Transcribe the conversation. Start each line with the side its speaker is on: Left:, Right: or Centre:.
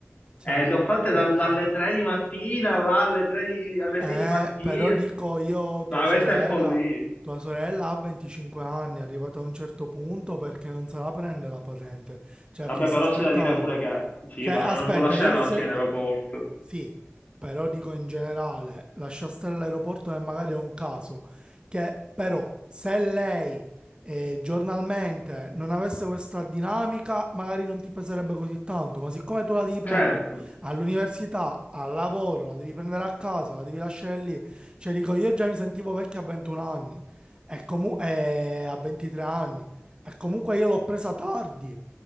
Right: cioè,
Left: Eh, l'ho fatta
Right: questo-
Left: dal- dalle 3 di mattina, là alle 3 di- alle
Right: Eh,
Left: 6 di mattina.
Right: però dico io, tua
Left: Ma questa
Right: sorella,
Left: è follia.
Right: tua sorella ha 25 anni, è arrivata a un certo punto perché non se la prende la patente. Cioè,
Left: Vabbè,
Right: chi sta
Left: però
Right: aspettando?
Left: c'è da dire pure che sì,
Right: Cioè,
Left: ma
Right: aspetta,
Left: non può lasciare
Right: io mi
Left: la macchina
Right: se...
Left: in aeroporto.
Right: Sì, però dico in generale, lascia stare l'aeroporto e magari è un caso, che però se lei eh, giornalmente non avesse questa dinamica, magari non ti peserebbe così tanto, ma siccome tu la devi prendere
Left: Certo.
Right: all'università, al lavoro, la devi prendere a casa, la devi lasciare lì, cioè dico io già mi sentivo vecchio a 21 anni, e comu- eh, a 23 anni, e comunque io l'ho presa tardi.